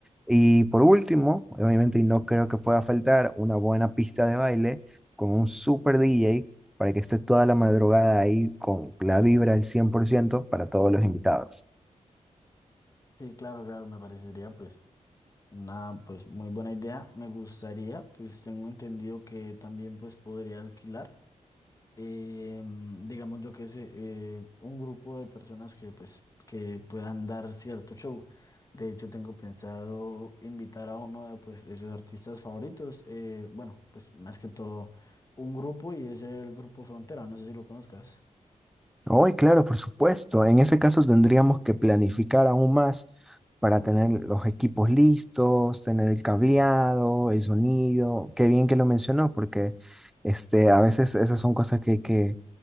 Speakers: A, in the centre; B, on the left (about 30°).
A: Y por último, obviamente, y no creo que pueda faltar, una buena pista de baile con un super DJ para que esté toda la madrugada ahí con la vibra al 100% para todos los invitados.
B: Sí, claro, claro, me parecería pues una pues muy buena idea. Me gustaría, pues tengo entendido que también pues podría alquilar, em, digamos yo que sé, eh, un grupo de personas que pues que puedan dar cierto show. De hecho, tengo pensado invitar a uno de pues de sus artistas favoritos. eh, bueno, pues más que todo un grupo y es el grupo Frontera, no sé si lo conozcas.
A: Hoy, claro, por supuesto. En ese caso tendríamos que planificar aún más para tener los equipos listos, tener el cableado, el sonido. Qué bien que lo mencionó, porque este, a veces esas son cosas que hay que,